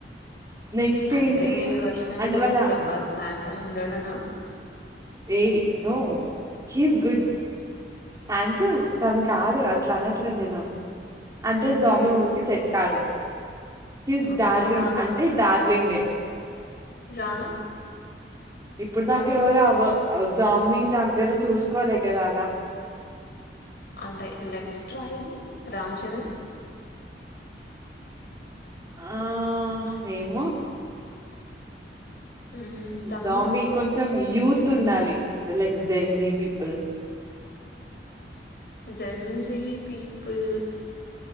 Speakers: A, on the right (about 20°); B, on the left (about 60°).
A: నెక్స్ట్
B: అంటే
A: ఏంటి
B: మీ వర్షన్
A: అంటే
B: లో
A: వాళ్ళ
B: ప్రభాస్ హ్యాండ్సమ్ ఉండడానా
A: ఏ no he is good handsome తను కాదు అట్లా అనట్లే నేను అంటే
B: ఓకే.
A: జాంబీ మూవీకి సెట్ కాడు హి ఇస్
B: ఓకే.
A: డార్లింగ్
B: మరి 'రానా',
A: అంటే డార్లింగే
B: రానా
A: ఇప్పుడు
B: 'నాని'
A: దాకా ఎవరు అవ జాంబీ దగ్గర చూసుకోవాలి కదా అలా
B: అంటే లెట్స్ ట్రై రామ్ చరణ్
A: ఆ ఏమో
B: హ్మ్, 'తమన్నా',
A: జాంబీ కొంచెం యూత్ ఉండాలి like Gen Z people
B: Gen Z people